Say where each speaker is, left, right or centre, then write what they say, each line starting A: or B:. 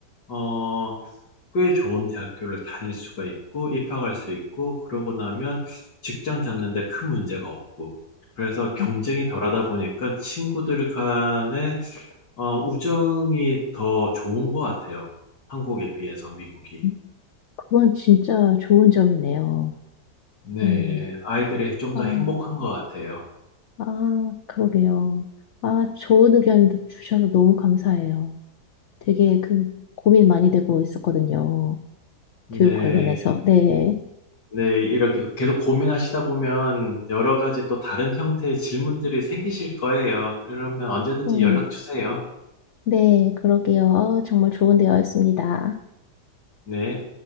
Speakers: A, on the left (about 80°); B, on the left (about 55°).
A: 어, 꽤 좋은 대학교를 다닐 수가 있고 입학할 수 있고 그러고 나면 직장 잡는 데 큰 문제가 없고 그래서 경쟁이
B: 음,
A: 덜하다 보니까 친구들 간에 어, 우정이 더 좋은 것 같아요. 한국에 비해서 미국이.
B: 음. 그건 진짜 좋은 점이네요.
A: 네,
B: 네.
A: 아이들이 좀
B: 아,
A: 더 행복한 것 같아요.
B: 아, 그러게요. 아, 좋은 의견 주셔서 너무 감사해요. 되게 그 고민 많이 되고 있었거든요.
A: 네,
B: 교육 관련해서. 네.
A: 네, 이렇게 계속 고민하시다 보면 여러 가지 또 다른 형태의 질문들이 생기실 거예요. 그러면 언제든지
B: 음.
A: 연락 주세요.
B: 네, 그러게요. 어, 정말 좋은 대화였습니다.
A: 네.